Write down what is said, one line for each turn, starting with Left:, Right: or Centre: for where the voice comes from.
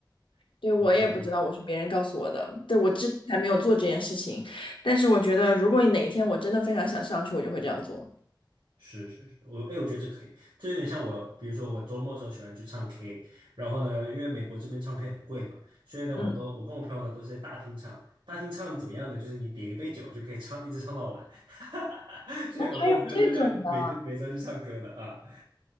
Right: <laughs>
Left: 对，我也不知道，
Right: 嗯有这个
Left: 我是别人告诉我的，对，我之前还没有做这件事情，但是我觉得如果哪一天我真的非常想上去，我就会这样做。
Right: 是是是，我哎，我觉得这可以，这有点像我，比如说我周末的时候喜欢去唱 K，然后呢，因为美国这边唱 K 很贵嘛，所以呢，
Left: 嗯，
Right: 我们都我跟我朋友呢都是在大厅唱，大厅唱怎么样呢？就是你点一杯酒就可以唱，一直唱到晚，<laughs> 所以我跟我朋友都在每天每周去唱歌了啊。
Left: 哦，还有这种的，